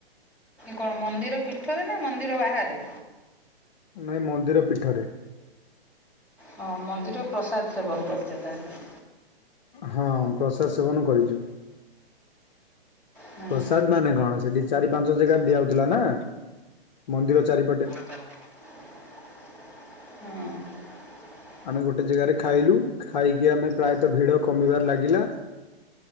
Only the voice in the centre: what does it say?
କଣ ମନ୍ଦିର ପୀଠରେ ନା ମନ୍ଦିର ବାହାରେ?
ହଁ ମନ୍ଦିର ପ୍ରସାଦ ସେବନ କରିଛ ତାହେଲେ?
ହୁଁ
ହୁଁ।